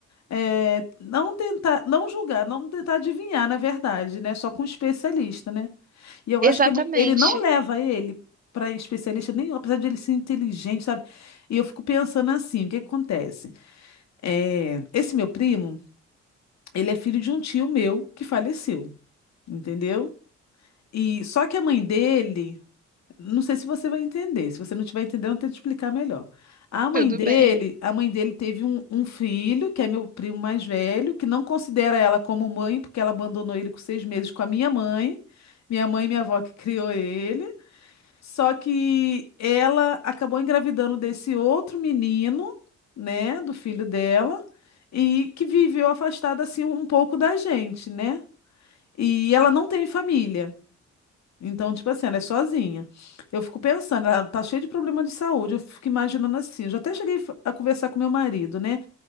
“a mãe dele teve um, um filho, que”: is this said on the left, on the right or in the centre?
Left